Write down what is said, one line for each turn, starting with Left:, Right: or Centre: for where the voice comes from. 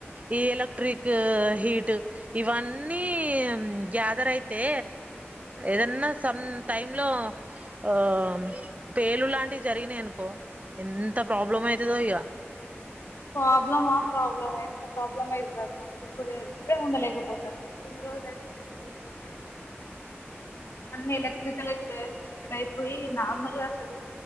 Right: ఈ ఎలక్ట్రిక్ హీట్ ఇవన్నీ గ్యాదర్ అయితే ఏదన్నా సమ్ టైమ్ లో ఆ పేలు లాంటివి జరిగినాయినుకో ఎంత ప్రాబ్లం అయి ఇయ
Left: ప్రాబ్లమా ప్రాబ్లమ్ ఎంత ప్రాబ్లమ్ అయితది ఇప్పు ఇప్పుడే ఉండలేకపోతారు ఇంకొన్ని రోజులు అయితే ఏం చేయాలో కూడా తెలీదు అన్న ఎలక్ట్రికల్ ఎలక్ట్రికల్ అయి పోయి నార్మల్గా అసలు